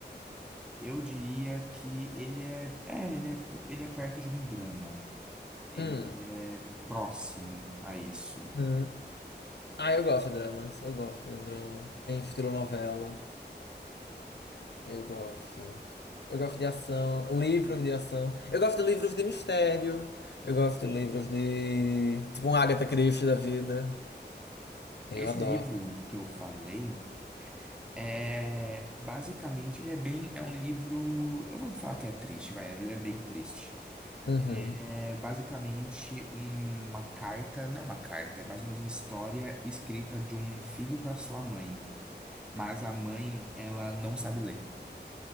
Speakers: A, in the centre; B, on the left (about 70°).
A: eu diria que ele é, é, ele é, ele é perto de um drama. Ele
B: Hum.
A: é próximo a isso.
B: hum. Ah, eu gosto de dramas. Eu gosto de um drama em estilo novela. Eu gosto. Eu gosto de ação, livros de ação. Eu gosto de livros de mistério. Eu gosto de livros de. Tipo um Agatha Christie da vida. Eu
A: Esse
B: adoro.
A: livro que eu falei. É, basicamente, ele é bem, é um livro, eu vou falar que é triste, vai, ele é bem triste.
B: Uhum.
A: É basicamente uma carta, não é uma carta, é mais ou menos uma história escrita de um filho para sua mãe, mas a mãe, ela não sabe ler.